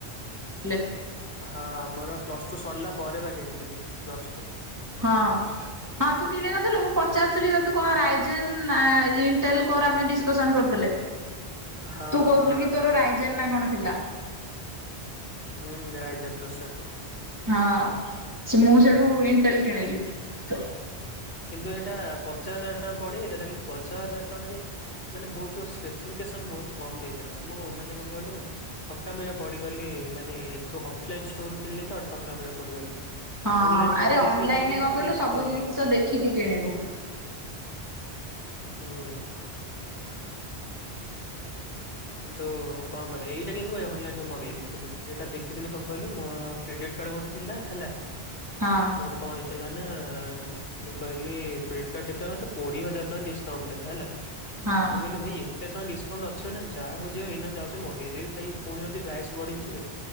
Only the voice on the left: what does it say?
ହଁ ମୋର ପ୍ଲସ ଟୁ ସରିଲା ପରେ ବା କିଣିଥିଲି ଜଷ୍ଟ।
ହୁଁ
ହଁ
ହଁ
ହୁଁ
ହୁଁ ରାଇଜାନ <inaudible>
<unintelligible>
କିନ୍ତୁ ଏଇଟା ପଚାଶ ହଜାର ଟଙ୍କା ପଡିଯାଇଥିଲା କିନ୍ତୁ ପଚାଶ ହଜାର ଟଙ୍କାରେ ମାନେ ବହୁତ ସ୍ପେସିଫିକେସନ ବହୁତ କମ ଦେଇଥିଲା ମୁଁ ମାନେ କଣ କହିଲୁ। ଠକାମି ରେ ପଡିଗଲି ମାନେ ଏଠୁ ଅଫଲାଇନ ଷ୍ଟୋର କିଣିଲି ତ ଠକାମିରେ ପଡିଗଲି।
ଅନଲାଇନ
ଦେଖିକି ମଗେଇଥାନ୍ତି
ଭଲ
ହୁଁ। କିନ୍ତୁ କଣ କରିବି ଏଇଟା କିନ୍ତୁ ଅନଲାଇନୁ ମଗେଇ ଦେଇେଇଥିଲି ଏଇଟା ଦେଖିଥିଲି କଣ କହିଲୁ ମୋର କ୍ରେଡ଼ିଟ୍ କାର୍ଡ଼ ଗୋଟେ ଥିଲା ହେଲା
ମୋର କଣ ହେଇଥିଲା ନା ମୁଁ କହିଲି କ୍ରେଡିଟ କାର୍ଡ ଦେଖିଲା ମାତ୍ର କୋଡିଏ ହଜାର ଟଙ୍କା ଡିକାଉଣ୍ଟ ଥିଲା ହେଲା।
ମୁଁ କହିଲି ଭାଇ ଏତେ ଟଙ୍କା ଡିସକାଉଣ୍ଟ ଅଛି ନା ନାଇ। ଯାହା ହଉଚି ହଉ ଏଇନା ଯାଉଚି ମଗେଇଦେବି ଭାଇ ପୁଣି ଯଦି ପ୍ରାଇସ୍ ବଢିଯିବ